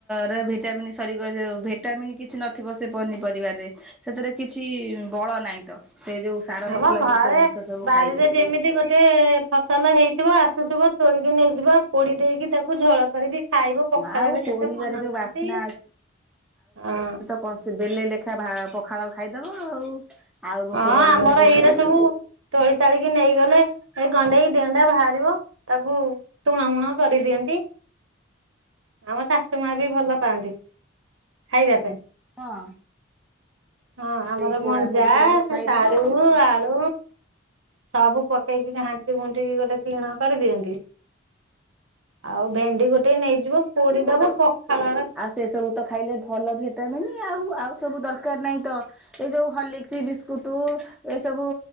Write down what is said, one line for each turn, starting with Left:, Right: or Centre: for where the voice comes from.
Centre: ରେ ଭିଟାମିନ ସରିଗ ଭିଟାମିିନ୍ କିଛି ନଥିବ ସେ ପନିପରିବାରେ ସେଥିରେ କିଛି ବଳ ନାଇଁ ତ ସେ ଯୋଉ ସାର
Right: ଆମ
Centre: ମସଲା
Right: ଘରେ
Centre: ଯୁକ୍ତ ଜିନିଷ ସବୁ
Right: ବାରିରେ
Centre: ଖାଇଲେ
Right: ଯେମିତି ଗୋ ସେ ଫସଲ ହେଇଥିବ ଆସୁଥିବ ତୋଳିକି ନେଇଯିବ ପୋଡି ଦେଇକି ତାକୁ ଝୋଳ କରିକି ଖାଇବୁ ପଖାଳରେ
Centre: ଆଉ ପୋଡିବାରେ
Right: କେତେ ମନଶାନ୍ତି
Centre: ଯୋଉ ବାସ୍ନା
Right: ଆଁ
Centre: କସି ଦେଲେ ଲେଖା ଭା ପଖାଳ ଖାଇଦବ ଆଉ ଭୋକ
Right: ହଁ
Centre: କରିବନି
Right: ଆମର
Centre: ଦିନମାନ
Right: ଏଇରା ସବୁ ତୋଳି ତାଳିକି ନେଇଗଲେ ସେ ଗଣ୍ଡେଇ କି ଦିଗଣ୍ଡା ବାହାରିବ ତାକୁ ତୁଣ ମୁଣ କରିଦିଅନ୍ତି ଆମ ଶାଶୁମା ବି ଭଲ ପାଆନ୍ତି। ଖାଇବା ପାଇଁ
Centre: ହଁ
Right: ହଁ ଆମର
Centre: ସେଇ ପୋଡା
Right: ମଞ୍ଜା
Centre: ପୋଡି କରିକି
Right: ସେ
Centre: ଖାଇଦବ
Right: ସାରୁ
Centre: ଆଉ
Right: ଆଳୁ ସବୁ ପଟେଇକି ଘାଣ୍ଟି ଘୁଣ୍ଟିିକି ଗୋଟେ ତିଣ କରିଦିଅନ୍ତି। ଆଉ ଭେଣ୍ଡି ଗୋଟେ ନେଇଯିବ ପୋଡି ଦବ ପଖାଳ ର
Centre: ସେସବୁ ତ ଖାଇଲେ ଭଲ ଭିଟାମିନ୍ ଆଉ ଆଉ ସବୁ ଦରକାର ନାହିଁ ତ? ଏଇ ଯୋଉ ହଲିସ୍କ ବିସ୍କୁଟ ଏ ସବୁ